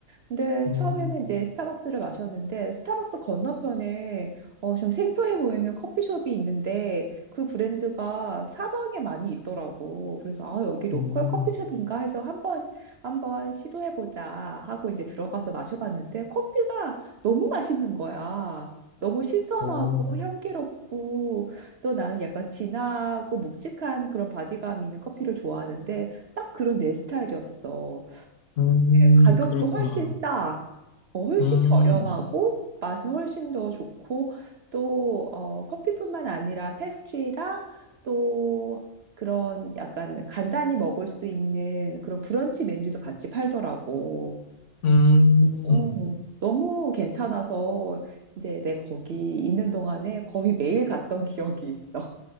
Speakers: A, on the right (about 55°); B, on the left (about 65°).
A: 근데
B: 음,
A: 처음에는 이제 스타벅스를 마셨는데 스타벅스 건너편에 어, 좀 생소해 보이는 커피숍이 있는데 그 브랜드가 사방에 많이 있더라고. 그래서 아, 여기 로컬
B: 음,
A: 커피숍인가 해서 한번 한번 시도해 보자 하고 이제 들어가서 마셔봤는데 커피가 너무 맛있는 거야. 너무 신선하고
B: 어,
A: 향기롭고 또 나는 약간 진하고 묵직한 그런 바디감 있는 커피를 좋아하는데 딱 그런 내 스타일이었어.
B: 음,
A: 가격도
B: 그렇구나.
A: 훨씬 싸, 어, 훨씬
B: 음,
A: 저렴하고 맛은 훨씬 더 좋고 또 어, 커피뿐만 아니라 패스트리랑 또 그런 약간 간단히 먹을 수 있는 그런 브런치 메뉴도 같이 팔더라고.
B: 음.
A: 어, 너무 괜찮아서 이제 내가 거기 있는 동안에 거의 매일 갔던 기억이 있어.